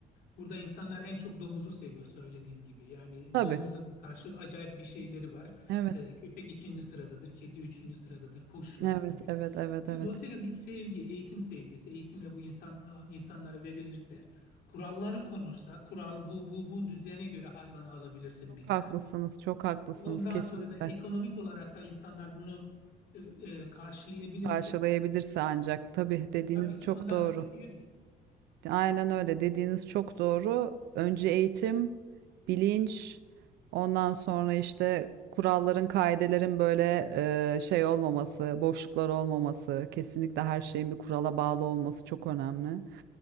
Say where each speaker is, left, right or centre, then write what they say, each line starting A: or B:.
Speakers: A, on the left; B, on the right.
A: Burada insanlar en çok domuzu seviyor söylediğim gibi. Yani
B: Tabii.
A: domuza karşı acayip bir şeyleri var.
B: Evet.
A: Ee, köpek ikinci sıradadır, kedi üçüncü sıradadır, kuşlar
B: Evet,
A: gibi.
B: evet, evet,
A: Ya,
B: evet.
A: dolayısıyla bir sevgi, eğitim sevgisi, eğitimle bu insan, insanlara verilirse, kuralları konursa, kural bu, bu, bu düzene göre hayvanı alabilirsin
B: Çok
A: bizden.
B: haklısınız, çok haklısınız
A: Ondan
B: kesinlikle.
A: sonra da ekonomik olarak da insanlar bunu e, e, karşılayabilirse,
B: Karşılayabilirse ancak. Tabii dediğiniz
A: tabii ki
B: çok
A: ondan
B: doğru.
A: sonra yürür.
B: Aynen öyle. Dediğiniz çok doğru. Önce eğitim, bilinç, ondan sonra işte kuralların, kaidelerin böyle e, şey olmaması, boşluklar olmaması, kesinlikle her şeyin bir kurala bağlı olması çok önemli.